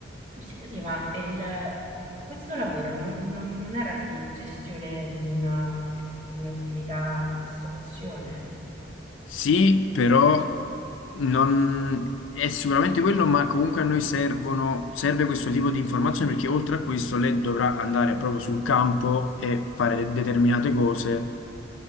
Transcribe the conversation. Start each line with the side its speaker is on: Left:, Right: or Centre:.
Right: Mi Scusi, ma il- questo lavoro non, non- non era di gestione di una- di un'attività di ristorazione?
Left: Sì, però non è sicuramente quello, ma comunque a noi servono, serve questo tipo di informazioni perché oltre a questo lei dovrà andare proprio sul campo e fare de- determinate cose,